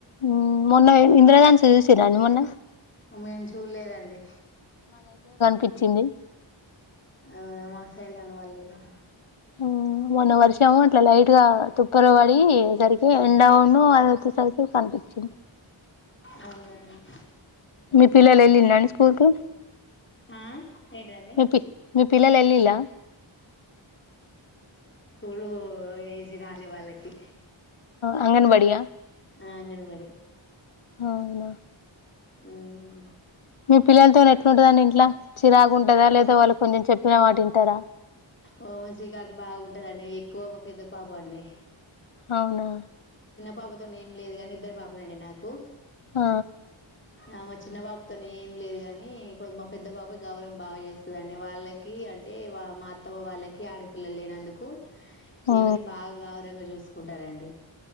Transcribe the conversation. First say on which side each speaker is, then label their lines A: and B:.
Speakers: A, on the left (about 80°); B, on the left (about 25°).
A: ఉమ్ మొన్న ఇంద్రధనస్సు చూసిండ్రా అండి మొన్న
B: మేము చూడలేదండి
A: పిచ్చింది
B: అవునా మాసైడ్ కనపల్లేదండి
A: ఉమ్ మొన్న వర్షము ఇట్లా లైట్ గా తుప్పర పడి సరికి ఎండవును అదివచేసరికి కనిపించింది
B: అవునా అండి
A: మీ పిల్లలు వెళ్ళిిన్ డ్రా అండి స్కూల్ కు
B: ఆ? ఏంటిదండి
A: మీ పి మీ పిల్లలు వెళ్ళిలా
B: పూ ఏజీ రాలీ వాళ్ళకి
A: అంగ న్ బడి అయా
B: అంగనే బడే
A: అవునా
B: ఉమ్
A: మీ పిల్లలతో ఎట్లుంటదండి ఇంట్లో చిరాగా ఉంటదా లేదా వాళ్ళు కొంచెం చెప్పిన మాట వింటారా
B: ఓమో శ్రీకాకి బాగుంటదండి ఎక్కువ పెద్ద పాప అండి
A: అవునా
B: పాపతోనే ఏం లేదు గానీ ఇద్దరు పాపలే అండి నాకు
A: ఆ
B: ఆ మా చిన్న పాపతో ఏం లేదు కాని కొంచెం మా పెద్ద పాప గౌరవం బాగా చేస్తదండి వాళ్ళకి ఏం అంటే మా అత్తమ వాళ్ళకి ఆడపిల్లలు లేనందుకు
A: ఆ
B: ఈమెని బాగా గౌరవంగా చూసుకు కుంటారండి